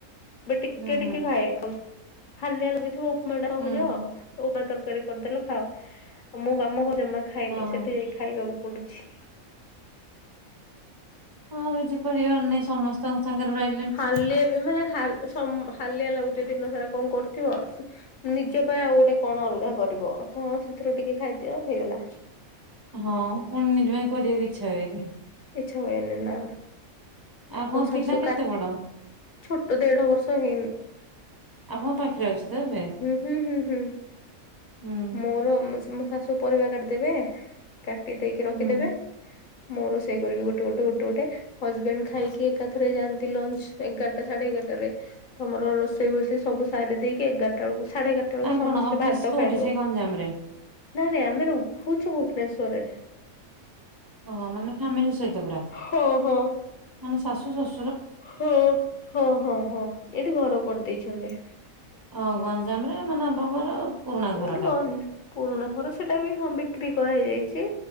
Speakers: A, on the left (about 50°); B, on the right (about 20°).
A: ବେ ଟିକେ
B: ହୁଁ
A: ଟିକେ
B: ହୁଁ
A: ଖାଏ ଖାଉ ହାଲିଆ ହାଲଗ ଥିବ ଉପମା ସହଜ।
B: ହୁଁ।
A: ଉପମା ତରକାରୀ କରିଦେଲ ଖାଅ। ଆଉ ମୁଁ ଆମ ଘ ଜମା ଖାଇନି
B: ହଁ
A: ସେଠି ଯାଇକି ଖାଇବାକୁ ପଡୁଚି।
B: ଆଉ କିଛି କରିବାର ନାଇଁ ସମସ୍ତଙ୍କ ସାଙ୍ଗରେ ରହ
A: ହାଲିଆ ବି ମାନେ ହାଲିଆ ଲାଗୁଥିବ ଦିନ ସାରା କଣ କରୁଥିବ ଆଉ। ନିଜ ପାଇଁ ଆଉ ଗୋଟେ କଣ ଅଲଗା କରିବ ହଁ ସେଥିରୁ ଟିକେ ଖାଇଦିଅ ହେଇଗଲା।
B: ହଁ ପୁଣି ନିଜ ପାଇଁ କରିବାକୁ ଇଚ୍ଛା ହୁଏନି।
A: ଇଛା ହୁନି ନା।
B: ଆପଣଙ୍କ
A: ମୁଁ ଶାଶୁ
B: ପିଲା କେତେ
A: କା
B: ବଡ?
A: ଛୋଟ ଦେଢ ବର୍ଷ ହେଇନି।
B: ଆପଣଙ୍କ ପାଖରେ ଅଛି ତ ଏବେ
A: ହୁଁ ହୁଁ ହୁଁ ହୁଁ
B: ହୁଁ
A: ମୋର ସାଶୁ ଶାଶୁ ପରିବା କାଟିଦେବେ କାଟି ଦେଇକି ରଖିଦେବେ
B: ହୁଁ
A: ମୁ ସେଇ କରିବେ ଗୋଟେ ଗୋଟେ ଗୋଟେ ହଜବେଣ୍ଡ ଖାଇକି ଏକାଥରେ ଯାଆନ୍ତି ଲଞ୍ଚ ଏଗାରଟା ସାଢେ ଏଗାରଟାରେ। ତମର ରୋଷେଇ ଫୋଷେଇ ସବୁ ସାରି ଦେଇକି ଏଗାରଟା ବେଳକୁ ସାଢେଗାରଟା ବେଳକୁ
B: ତାଙ୍କ
A: ସମସ୍ତେ
B: କଣ ଅଫିସ
A: ଭାତ
B: କୋଉଠି
A: ଖାଇଦଉ
B: ସେଇ ଗଞ୍ଜାମ ରେ
A: ନାଇଁ ନାଇଁ ଆମେ ରହୁଛୁ ଭୂବନେଶ୍ୱରେର।
B: ଓହ ମାନେ ଫ୍ୟାମିଲି ସହିତ ପୁରା
A: ହଁ ହଁ
B: ମାନେ ଶାଶୁ ଶଶୁ
A: ହଁ ହଁ ହଁ ହଁ ଏଇଠି ଘର କରିଦେଇଛନ୍ତି।
B: ହଁ ଗଞ୍ଜାମ ରେ ମାନେ ପୁରୁଣା
A: ହଁ
B: ଘର
A: ଏଇଠି
B: ଟା।
A: ରହିବି। ପୁରୁଣା ଘର ସେଟା ବି ହଁ ବିକ୍ରି କରାହଇ ଯାଇଛି